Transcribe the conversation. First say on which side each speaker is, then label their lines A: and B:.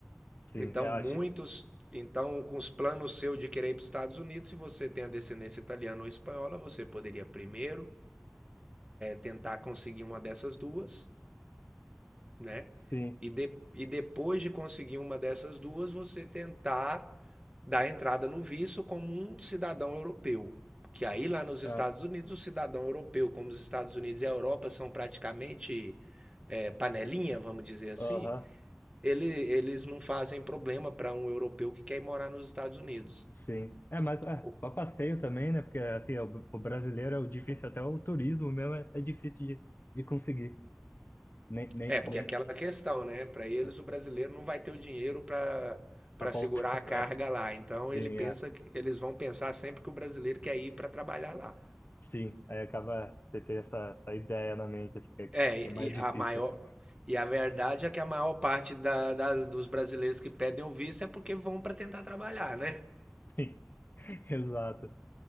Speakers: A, on the left (about 50°); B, on the right (about 20°).
A: sim,
B: Então,
A: eu
B: muitos.
A: acho.
B: Então, com os planos seu de querer ir para os Estados Unidos, se você tem a descendência italiana ou espanhola, você poderia primeiro tentar conseguir uma dessas duas, né?
A: Sim,
B: E, de, e depois de conseguir uma dessas duas, você tentar dar entrada no visto como um cidadão europeu. Que aí lá nos Estados
A: é,
B: Unidos, o cidadão europeu, como os Estados Unidos e a Europa são praticamente é, panelinha, vamos dizer assim,
A: aham,
B: ele, eles não fazem problema para um europeu que quer ir morar nos Estados Unidos.
A: sim. É, mas é,
B: O
A: para passeio também, né? Porque assim, o, o brasileiro é o difícil, até o turismo mesmo é, é difícil de, de conseguir. Nem, nem,
B: É, porque
A: nem,
B: é aquela questão, né? Para eles,
A: é,
B: o brasileiro não vai ter o dinheiro para para
A: a volta.
B: segurar
A: <laughs>
B: a carga
A: É,
B: lá. Então
A: sim,
B: ele pensa
A: é.
B: que eles vão pensar sempre que o brasileiro quer ir para trabalhar lá.
A: Sim, aí acaba você ter essa, essa ideia na mente, assim, que é, que
B: É,
A: é mais
B: e
A: difícil.
B: a maior
A: <laughs>
B: e a verdade é que a maior parte da, das- dos brasileiros que pedem o visto é porque vão para tentar trabalhar, né?
A: Sim, exato.